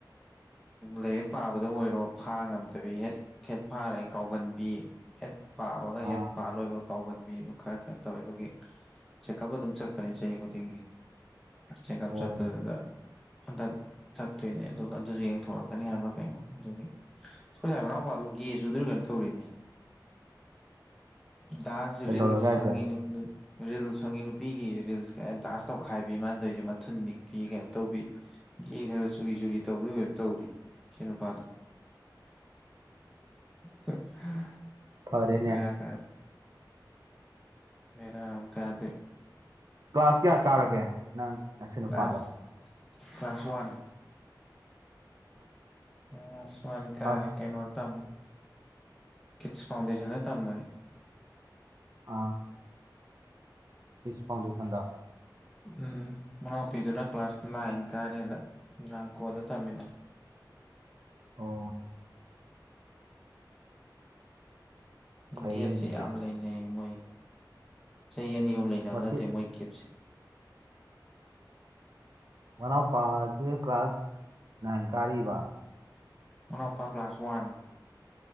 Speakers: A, in the centre; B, on the right.
A: ꯂꯥꯏꯔꯤꯛ ꯄꯥꯕꯗ ꯑꯣꯏꯔꯣ ꯐꯥ ꯉꯝꯗꯕꯤ ꯍꯦꯛ ꯍꯦꯠ ꯐꯥꯔꯦ ꯀꯥꯎꯒꯟꯕꯤ ꯍꯦꯠ ꯄꯥꯕꯒ ꯍꯦꯠ
B: ꯑꯥ
A: ꯃꯥ ꯂꯣꯏꯕ ꯀꯥꯎꯒꯟꯕꯤ ꯑꯗꯨ ꯈꯔ ꯀꯩꯅꯣ ꯇꯧꯋꯦ ꯑꯗꯨꯒꯤ ꯆꯦꯛꯀꯞ ꯑꯗꯨ ꯆ ꯆ ꯈꯨꯅꯤꯡꯦ ꯆꯦꯛꯀꯞ
B: ꯑꯣ
A: ꯆꯠꯄꯗꯨꯗ ꯍꯟꯗꯛ ꯆꯠꯇꯣꯏꯅꯦ ꯑꯗꯨꯒ ꯑꯗꯨꯁꯨ ꯌꯦꯡꯊꯣꯔꯛꯀꯅꯤ ꯍꯥꯏꯕ꯭ꯔꯥ ꯀꯩꯅꯣ ꯑꯗꯨꯒꯤ ꯑꯈꫭꯏ ꯁꯥꯏ ꯃꯅꯥꯎꯄꯥꯗꯨ ꯒꯦ ꯆꯨꯗꯨꯏꯔ ꯀꯩꯅꯣꯝ ꯇꯧꯔꯤꯅꯤ ꯗꯥꯟꯁ
B: ꯀꯩꯗꯧꯔꯒꯦ
A: ꯔꯤꯜꯁ
B: ꯍꯥꯏꯁꯦ
A: ꯐꯪꯉꯤ ꯅꯨꯨꯞ ꯅꯨꯄꯤ ꯔꯤꯜꯁ ꯐꯪꯉꯤ ꯅꯨꯄꯤꯒꯤ ꯔꯤꯜꯁ ꯀ ꯗꯥꯟꯁ ꯇꯧꯈꯥꯏꯕꯤ ꯃꯥꯅ ꯇꯧꯔꯤꯁꯦ ꯃꯊꯨꯟ ꯅꯤꯛꯄꯤ ꯀꯩꯅꯣ ꯇꯧꯕꯤ ꯒꯦ ꯈꯔ ꯆꯨꯔꯤ ꯆꯨꯔꯤ ꯇꯧꯗꯣꯏꯔ ꯀꯩꯅꫭꯝ ꯇꯧꯔꯤ ꯏꯁꯩꯟꯅꯨꯄꯥꯗꫭ <unintelligible>
B: ꯐꯔꯦꯅꯦ
A: ꯕꯦꯔꯥ ꯀꯥꯗ ꯕꯦꯔꯥꯃ ꯀꯥꯗꫭ
B: ꯀ꯭ꯂꯥꯁ ꯀꯌꯥ ꯀꯥꯔꯒꯦ ꯅꯪ ꯅꯁꯤ ꯅꯨꯄꯥꯗꯣ
A: class class one class one ꯀꯥꯔꯦ
B: class
A: ꯀꯩꯅꯣ ꯇꯝ ꯀꯤꯠꯁ ꯐꯥꯎꯟꯗꯦꯁꯟꯗ ꯇꯝꯕꯅꯤ
B: ꯑꯥ ꯀꯤꯠꯁ ꯐꯥꯎꯗꯦꯁꯟꯗ
A: ꯎꯝ ꯃꯅꯥꯎꯄꯤꯗꯨꯅ ꯀ꯭ꯂꯥꯁ ꯅꯥꯏꯟ ꯀꯥꯔꯤ ꯍꯟꯗꯛ ꯌꯨꯅꯥꯡꯀꯣꯗ ꯇꯝꯃꯤꯗꫭ
B: ꯑꯣ ꯐꯩꯅꯦ
A: ꯒꯦꯞꯁꯦ
B: ꯑꯗꯨꯗꯤ
A: ꯌꯥꯝ ꯂꯩꯅꯩ ꯃꯣꯏ ꯆꯍꯤ ꯑꯅꯤ ꯑꯍꯨꯝ ꯂꯩꯅꯕ
B: ꯃꯁꯤ
A: ꯅꯠꯇꯦ ꯃꯣꯏ ꯒꯦꯞꯁꯦ
B: ꯃꯅꯥꯎꯄꯥꯁꯦ ꯀ꯭ꯂꯥꯁ ꯅꯥꯏꯟ ꯀꯥꯔꯤꯕ
A: ꯃꯅꯥꯎꯄꯥ ꯀ꯭ꯂꯥꯁ ꯋꯥꯟ